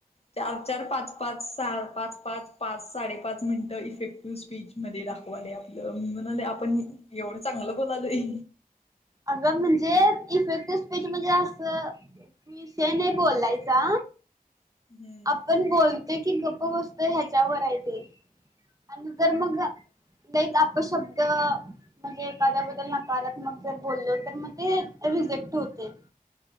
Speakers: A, on the left; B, on the right.
A: चार चार पाच पाच सहा पाच पाच. पाच साडेपाच मिनिटं इफेक्टिव्ह स्पीच मध्ये दाखवाले आपलं हम मला. ला आपण ही एवढं चांगलं बोल आलोय.
B: अगं म्हणजे इफेक्टिव्ह स्पीच म्हणजे असं. विषय नाही बोललायचा.
A: हम्म
B: आपण बोलते की, गप बसतय ह्याच्यावरय ते. आणि जर मग लईच अपशब्द म्हणजे एखाद्याबद्दल नकारात्मक. जर बोललो तर मग ते रिजेक्ट होते.